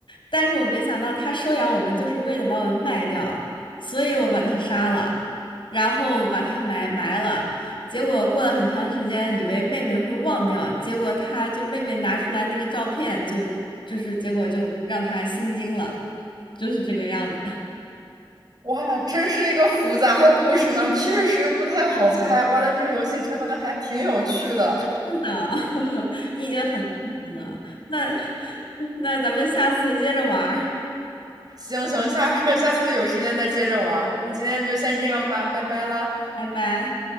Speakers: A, on the left; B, on the right.
A: 但是我没想到她收养我们就是为了把我们卖掉，所以我把她杀了，然后把她埋埋了。结果过了很长时间，以为妹妹会忘掉，结果她就妹妹拿出来那个照片就，就是结果就让她心惊了，就是这个样子 <laughs>。
B: 哇，真是一个复杂的故事呢，确实不太好猜。哇，但这个游戏真的还挺有趣的。
A: 啊，<laughs> 你已经很厉害了，那 <laughs> 那咱们下次接着玩儿，
B: 行行，下 <laughs> 次下次有时间再接着玩儿。那今天就先这样吧，拜拜啦。
A: 拜拜。